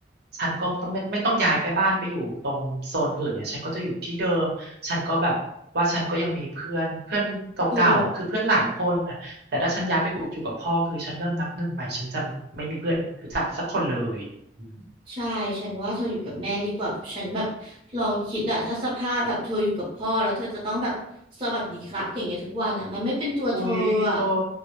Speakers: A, on the right; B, on the right.
A: ฉันก็ต้องไม่ไม่ต้องย้ายไปบ้านไปอยู่ตรงโซนอื่นเนี่ยฉันก็จะอยู่ที่เดิมฉันก็แบบว่าฉันก็ยังมีเพื่อนเพื่อนเก่าๆอ่ะคือเพื่อนหลายคนน่ะแต่ถ้าฉันย้ายไปกูอยู่กับพ่อคือฉันเริ่มนับหนึ่งใหม่ฉันจะไม่มีเพื่อนรู้จักสักคนเลยอืม
B: เออใช่ฉันว่าเธออยู่กับแม่ดีกว่าฉันแบบลองคิดอะถ้าสภาพแบบเธออยู่กับพ่อแล้วเธอจะต้องแบบสวัสดีครับอย่างเงี้ยทุกวันอะมันไม่เป็นตัวเธออะ
A: อุ้ยเธอ